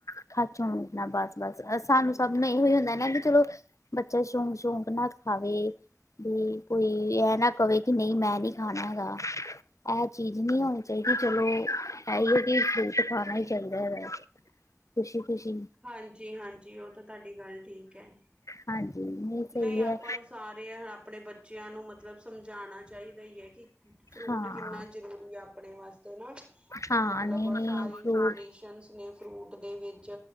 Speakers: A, on the left; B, on the right.
A: ਖਰਚ ਹੁਣ ਇਨਾ ਬੱਸ-ਬੱਸ ਸਾਨੂੰ ਸਭ ਨੂੰ ਏਹੋ ਹੀ ਹੁੰਦਾ ਨਾ ਬਈ ਚਲੋ। ਬੱਚਾ ਸ਼ੌਂਕ-ਸ਼ੌਂਕ ਨਾ ਖਾਵੇ ਬੀ ਕੋਈ ਐ। ਨਾ ਕਵੇ ਕਿ ਨਹੀਂ ਮੈਂ ਨੀ ਖਾਣਾ ਹੈਗਾ ਆ ਚੀਜ਼ ਨੀ ਹੋਣੀ ਚਾਹੀਦੀ, ਚਲੋ। ਐਹੀ ਹੈ ਕਿ ਫਰੂਟ ਖਾਣਾ ਹੀ ਚਾਹੀਦਾ ਹੈ, ਖੁਸ਼ੀ-ਖੁਸ਼ੀ।
B: ਹਾਂਜੀ ਹਾਂਜੀ, ਉਹ ਤਾਂ ਤੁਹਾਡੀ ਗੱਲ ਠੀਕ ਹੈ।
A: ਹਾਂਜੀ
B: ਨਹੀਂ
A: ਸਹੀ
B: ਆਪਾਂ
A: ਹੈ
B: ਨੂੰ ਸਾਰੇ ਹ ਅਪਣੇ ਬੱਚਿਆਂ ਨੂੰ ਮਤਲਬ ਸਮਝਾਣਾ ਚਾਹੀਦਾ ਈ ਏ ਕਿ। ਫਰੂਟ
A: ਹਾਂ
B: ਕਿੰਨਾ ਜ਼ਰੂਰੀ ਆ ਅਪਣੇ ਵਾਸਤੇ ਨਾ।
A: ਹਾਂ
B: ਕਿ ਮਤਲਬ
A: ਨਹੀਂ ਨਹੀਂ
B: ਸਾਰੇ
A: ਫਰੂਟ
B: ਨਿਊਟ੍ਰਰੀਸ਼ਨਸ ਨੇ ਫਰੂਟ ਦੇ ਵਿੱਚ‌।